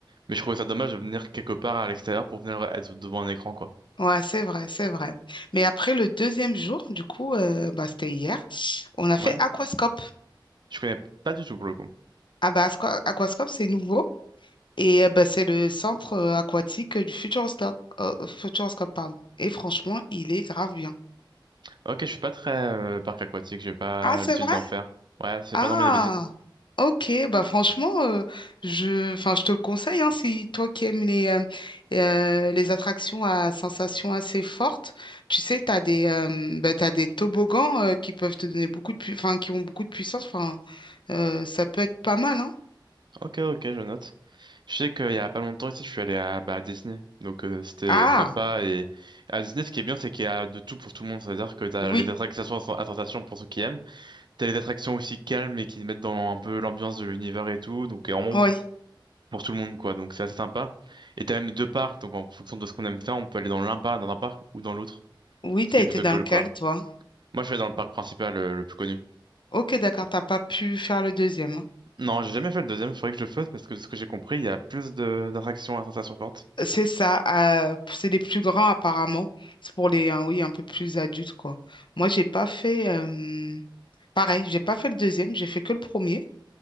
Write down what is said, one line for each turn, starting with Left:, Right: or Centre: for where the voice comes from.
Right: mais je trouvais ça dommage de venir quelque part à l'extérieur pour venir être devant un écran, quoi.
Left: Ouais, c'est vrai, c'est vrai. Mais après le deuxième jour, du coup, euh, bah, c'était hier, on a fait
Right: Ouais.
Left: aquascope.
Right: Je connais pas du tout pour le coup.
Left: Ah bah aqua- aquascope, c'est nouveau et euh, bah, c'est le centre euh, aquatique du Futuroscope, euh, Futuroscope, pardon. Et franchement, il est grave bien.
Right: Ok, je suis pas très euh, parc aquatique, j'ai pas
Left: Ah,
Right: l'habitude
Left: c'est vrai?
Right: d'en faire. Ouais, c'est
Left: Ah.
Right: pas dans mes habitudes.
Left: Ok, bah franchement, euh, je, enfin, je te le conseille, hein, si toi qui aimes les, euh, euh, les attractions à sensations assez fortes, tu sais, t'as des, euh, bah, t'as des toboggans euh, qui peuvent te donner beaucoup de, pu- enfin, qui ont beaucoup de puissance, enfin, euh, ça peut être pas mal, hein.
Right: Ok, ok, je note. Je sais qu'il y a pas longtemps ici, je suis allé à, bah, à Disney, donc euh, c'était
Left: Ah,
Right: sympa. Et à Disney, ce qui est bien, c'est qu'il y a de tout pour tout le monde, c'est-à-dire que t'as
Left: oui,
Right: les attractions à sensation pour ceux qui aiment. T'as des attractions aussi calmes et qui mettent dans un peu l'ambiance de l'univers et tout, donc euh, vraiment
Left: oui,
Right: pour tout le monde quoi, donc c'est assez sympa. Et t'as même deux parcs, donc en fonction de ce qu'on aime faire, on peut aller dans l'un par- dans un parc ou dans l'autre,
Left: oui,
Right: ce
Left: t'as
Right: qui
Left: été
Right: est plutôt
Left: dans
Right: cool
Left: lequel,
Right: quoi.
Left: toi?
Right: Moi je vais dans le parc principal euh, le plus connu.
Left: Ok, d'accord, t'as pas pu faire le deuxième. hein.
Right: Non, j'ai jamais fait le deuxième, faudrait que je le fasse parce que de ce que j'ai compris, il y a plus de d'attractions à sensation forte.
Left: C'est ça, euh, c'est les plus grands apparemment. C'est pour les, euh, oui, un peu plus adultes, quoi. Moi, j'ai pas fait. euh, Pareil, j'ai pas fait le deuxième, j'ai fait que le premier.